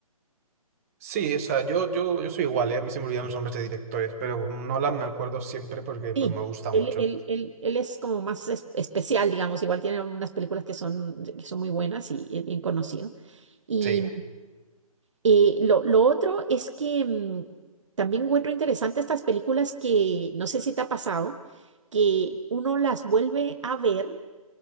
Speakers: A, on the right (about 25°); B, on the right (about 55°).
A: Sí, o sea, yo, yo, yo soy igual, ¿eh? A mí se me olvidan los nombres de directores, pero como Nolan me acuerdo siempre porque
B: Sí,
A: pues, me gusta
B: él,
A: mucho.
B: él, él, él es como más es- especial, digamos, igual tiene unas películas que son, que son muy buenas y es bien conocido. Y
A: Sí.
B: eh, lo, lo otro es que mm, también encuentro interesante estas películas que no sé si te ha pasado, que uno las vuelve a ver